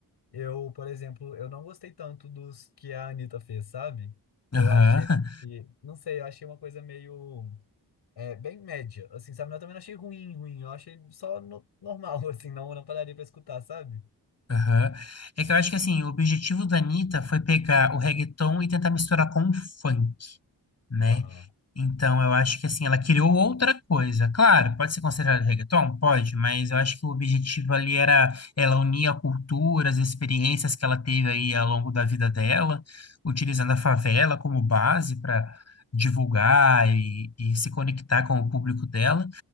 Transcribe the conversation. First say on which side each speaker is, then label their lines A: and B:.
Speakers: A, on the left; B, on the left.
A: Eu, por exemplo, eu não gostei tanto dos que a Anitta fez, sabe? Eu
B: aham,
A: achei que, não sei, eu achei uma coisa meio, é, bem média, assim, sabe? Eu também não achei ruim, ruim, eu achei só no- normal, <laughs> assim, não, não pararia pra escutar, sabe?
B: <laughs> aham. É que eu acho que, assim, o objetivo da Anitta foi pegar o reggaeton e tentar misturar com o funk. né?
A: Aham.
B: Então, eu acho que assim, ela criou outra coisa. Claro, pode ser considerado reggaeton? Pode, mas eu acho que o objetivo ali era ela unir a cultura, as experiências que ela teve aí ao longo da vida dela, utilizando a favela como base para divulgar e, e se conectar com o público dela.